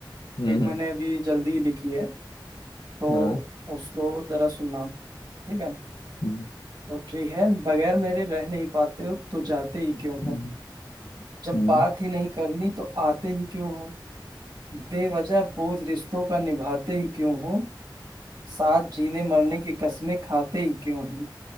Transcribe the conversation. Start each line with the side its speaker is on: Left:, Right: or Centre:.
Left: हम्म
Right: एक मैंने
Left: हम्म,
Right: अभी जल्दी ही लिखी है तो
Left: हाँ
Right: उसको जरा सुनना ठीक है
Left: हम्म,
Right: पोएट्री है बगैर मेरे रह नहीं पाते हो तो जाते ही क्यों हो
Left: हम्म,
Right: जब
Left: हम्म,
Right: बात ही नहीं करनी तो आते ही क्यों हो बेवजह बोझ रिश्तों का निभाते ही क्यों हो साथ जीने मरने की कस्में खाते ही क्यों हो